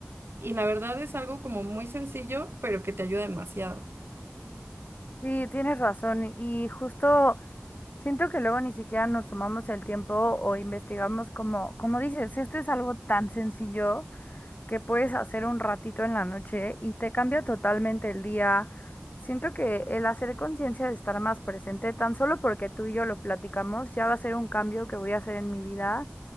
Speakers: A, on the right (about 70°); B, on the left (about 45°).
A: Y la verdad es algo como muy sencillo, pero que te ayuda demasiado.
B: Sí, tienes razón y justo siento que luego ni siquiera nos tomamos el tiempo o investigamos como, como dices, esto es algo tan sencillo que puedes hacer un ratito en la noche y te cambia totalmente el día. Siento que el hacer conciencia de estar más presente, tan solo porque tú y yo lo platicamos, ya va a ser un cambio que voy a hacer en mi vida